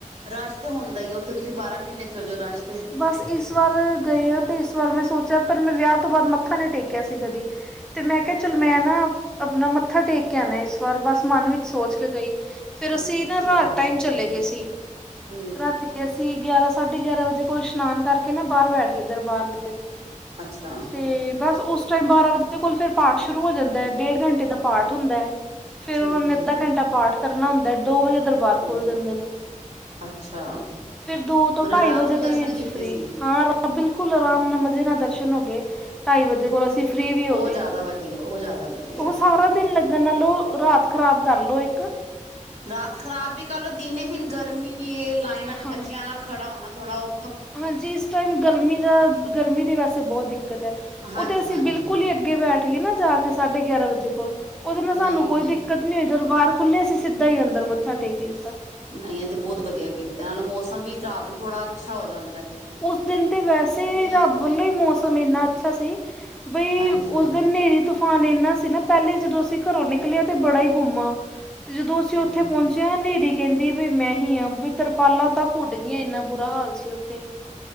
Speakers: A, on the right; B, in the centre.
A: ਰਾਸ਼ ਤੇ ਹੁੰਦਾ ਈ ਏ ਉੱਥੇ ਤੁਸੀਂ ਬਾਰਾਂ ਮੁਨੇ ਚੱਲ ਜਾਓ ਰਾਸ਼
B: ਬਸ ਇਸ ਇਸ ਵਾਰ ਗਈ ਆ ਤੇ ਇਸ ਵਾਰ ਮੈਂ ਸੋਚਿਆ ਪਰ ਮੈਂ ਵਿਆਹ ਤੋਂ ਬਾਦ ਮੱਥਾ ਨੀ ਟੇਕਿਆ ਸੀ ਕਦੀ। ਤੇ ਮੈਂ ਕਿਆ
A: ਅੱਛਾ
B: ਚੱਲ ਮੈਂ ਨਾ ਆਪਣਾ ਮੱਥਾ ਟੇਕ ਕੇ ਆਨਾ ਇਸ ਵਾਰ ਬਸ ਮਨ ਵਿੱਚ ਸੋਚ ਕੇ ਗਈ। ਫੇਰ ਅਸੀਂ
A: ਨਹੀਂ ਅੱਛੀ
B: ਨਾ ਰਾਤ
A: ਗੱਲ ਏ
B: ਟਾਈਮ ਚਲੇ
A: ਹੂੰ
B: ਗਏ ਸੀ,
A: ਹੂੰ
B: ਰਾਤੀ ਤੇ ਅਸੀਂ ਗਿਆਰਾਂ ਸਾਢੇ ਗਿਆਰਾਂ ਵਜੇ ਕੋਲ ਸ਼ਨਾਨ ਕਰਕੇ ਨਾ ਬਾਰ ਬੈਠ ਗਏ ਦਰਬਾਰ
A: ਅੱਛਾ
B: ਤੇ ਬਸ ਉਸ ਉਸ ਟਾਈਮ ਬਾਰਾਂ ਵਜੇ ਕੋਲ ਫੇਰ ਪਾਠ ਸ਼ੁਰੂ ਹੋ ਜਾਂਦਾ ਡੇਢ ਘੰਟੇ ਦਾ ਪਾਠ ਹੁੰਦਾ। ਫੇਰ
A: ਠੀਕ
B: ਓਨੇ ਅੱਧਾ
A: ਏ
B: ਕੰਟਾ ਪਾਠ ਕਰਨਾ ਹੁੰਦਾ ਐ ਦੋ ਵਜੇ ਦਰਬਾਰ
A: ਹੂੰ
B: ਵਾਰ ਖੁਲ ਜਾਂਦੇ ਨੇ
A: ਅੱਛਾ
B: ਫੇਰ ਦੋ ਤੋਂ
A: ਮਤਲਬ
B: ਢਾਈ
A: ਰਾਤ
B: ਵਜੇ
A: ਨੂੰ
B: ਦੇ
A: ਦਰਸ਼ਨ
B: ਵਿੱਚ
A: ਕੀਤੇ
B: ਫ੍ਰੀ
A: ਸੀ
B: ਹਾਂ ਰੱਬ ਬਿਲਕੁਲ ਆਰਾਮ ਨਾਲ ਮਜ਼ੇ ਨਾਲ ਦਰਸ਼ਨ ਹੋ ਗਏ ਢਾਈ ਵਜੇ ਕੋਲ ਅਸੀਂ ਫ੍ਰੀ ਵੀ ਹੋ ਗਏ।
A: ਜਾਦਾ ਵਧੀਆ ਓ ਜਾਦਾ ਵਧੀਆ।
B: ਉਹ ਸਾਰਾ ਦਿਨ ਲੱਗਣ ਨਾਲੋ ਰਾਤ ਖ਼ਰਾਬ ਕਰਲੋ ਏਕ
A: ਰਾਤ ਖ਼ਰਾਬ ਵੀ ਕਰ ਲਓ ਦਿਨੇ ਫੇਰ ਗਰਮੀ ਵੀ ਏ ਲਾਈਨਾਂ ਚ
B: ਹਾਂ
A: ਬੱਚਿਆਂ ਨਾਲ ਖੜਾ ਹੋਣਾ ਥੋੜ੍ਹਾ ਓ
B: ਹਾਂਜੀ ਇਸ ਟਾਈਮ ਗਰਮੀਂ ਦਾ ਗਰਮੀਂ ਦੀ ਵੈਸੇ ਬੋਤ ਦਿੱਕਤ ਐ।
A: ਹਾਂਜੀ
B: ਓ ਤੇ ਅਸੀਂ
A: ਹਾਂਜੀ
B: ਬਿਲਕੁੱਲ ਈ ਅੱਗੇ ਬੈਠ ਗਏ ਨਾ ਜਾ ਕੇ ਸਾਢੇ ਗਿਆਰਾਂ ਵਜੇ ਕੋਲ ਓਦੇ ਨਾਲ
A: ਨਹੀਂ
B: ਸਾਨੂੰ ਕੋਈ ਦਿੱਕਤ ਨੀ ਹੋਈ ਦਰਬਾਰ ਖੁੱਲੇ ਸੀ ਸਿੱਧਾ ਈ ਅੰਦਰ ਮੱਥਾ ਟੇਕ ਲਿੱਤਾ।
A: ਨਈ ਐ ਤੇ ਬੋਤ ਵਧੀਆ ਕੀਤਾ ਨਾਲੇ ਮੌਸਮ ਵੀ ਰਾਤ ਨੂੰ ਥੋੜਾ ਅੱਛਾ ਹੋ ਜਾਂ
B: ਓਸ ਦਿਨ ਤੇ ਵੈਸੇ ਰੱਬ
A: ਆਉਂਦੀ
B: ਵੱਲੋਂ
A: ਹੈਗੀ
B: ਈ ਮੌਸਮ ਏਨਾ ਅੱਛਾ ਸੀ। ਬਈ
A: ਹਾਂਜੀ
B: ਉਸ ਦਿਨ ਹਨੇਰੀ ਤੂਫਾਨ ਏਨਾ ਸੀ ਨਾ ਪੈਲੇ ਜਦੋਂ ਅਸੀਂ ਕਰੋਂ ਨਿਕਲਿਆ ਤੇ ਬੜਾ ਹੀ ਗੁੰਮਾ, ਤੇ ਜਦੋਂ ਅਸੀਂ ਓਥੇ
A: ਹਮ
B: ਪੋਂਚੇ ਤੇ ਹਨੇਰੀ ਕੈਂਦੀ ਵੀ ਮੈਂ ਹੀ ਆ ਤਰਪਾਲਾਂ ਤਾਂ ਉਡ ਗਈਆਂ ਏਨਾ ਬੁਰਾ ਹਾਲ ਸੀ ਓਥੇ।